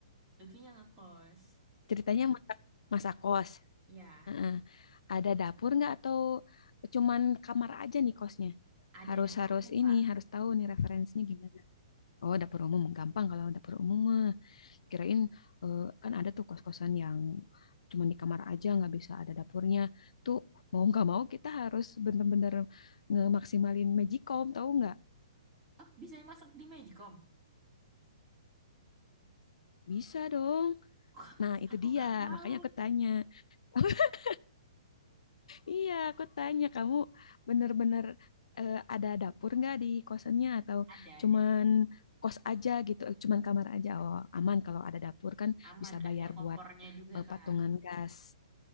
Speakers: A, on the right; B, on the left.
A: Lutfi yang ngekos.
B: Ceritanya masak, masak kos.
A: Ya,
B: Heeh. Ada dapur nggak atau cuman kamar aja nih kosnya?
A: ada
B: Harus
A: dapur
B: harus
A: umum
B: ini
A: Kak.
B: harus tahu nih referensinya gimana. Oh, dapur umum gampang kalau dapur umum. mah. Kirain eh, kan ada tuh kos-kosan yang cuma di kamar aja nggak bisa ada dapurnya. Tuh mau nggak mau kita harus bener-bener ngemaksimalin Magicom tahu nggak?
A: ah bisa dimasak di Magicom?
B: Bisa dong.
A: Wah,
B: Nah itu
A: aku
B: dia
A: gak tahu.
B: makanya aku tanya. <laughs> Iya aku tanya kamu bener-bener eh, ada dapur nggak di kosannya atau
A: Ada, ada.
B: cuman kos aja gitu, eh, cuman kamar aja. Oh aman kalau ada dapur kan
A: Aman,
B: bisa bayar
A: ada kompornya
B: buat
A: juga,
B: eh,
A: Kak.
B: patungan gas.